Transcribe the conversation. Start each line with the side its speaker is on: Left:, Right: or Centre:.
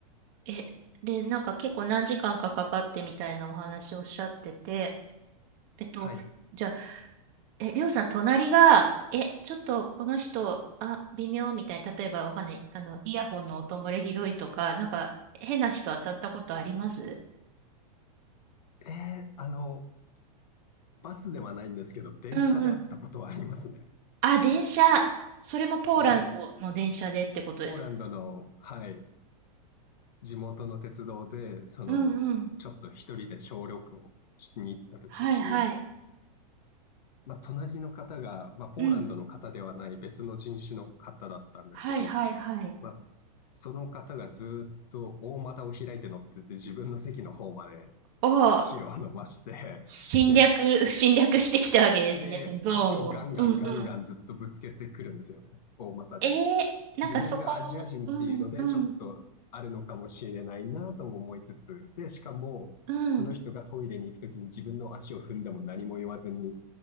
Right: え、で、なんか結構何時間かかかってみたいなお話おっしゃってて、えっと、
Left: はい。
Right: じゃえ、りょうさん、隣が、え、ちょっとこの人、あ、微妙みたいな、例えばわかんない、あの、イヤホンの音漏れひどいとか、なんか、変な人当たったことあります
Left: えー、あの、バスではないんですけど、電車で会ったことはありますね。
Right: うんうん。あ、電車。それもポーランドの電車でってことですか
Left: はい。ポーランドの、はい、地元の鉄道で、その、
Right: うんうん。
Left: ちょっと一人で小旅行しに行った時とかに、
Right: はいはい。
Left: まあ、隣の方が、まあ、ポーランドの方ではない別の人種の方だったんですけど、
Right: うん。はいはいはい。
Left: まあ、その方がずーっと大股を開いて乗ってて、自分の席の方まで
Right: を
Left: 足を伸ばして、
Right: 侵略、
Left: で、
Right: 侵略してきたわけですね、
Left: で、
Right: そのゾーンを。
Left: 足をガンガンガンガンずっとぶつけてくるんですよね。
Right: うんうん。
Left: 大股で。
Right: えー、なんかそこも、
Left: 自分がアジア人っていうので、
Right: うん、うん、
Left: ちょっとあるのかもしれないなとも思いつつ、で、しかも、
Right: うん。
Left: その人がトイレに行くときに自分の足を踏んでも何も言わずに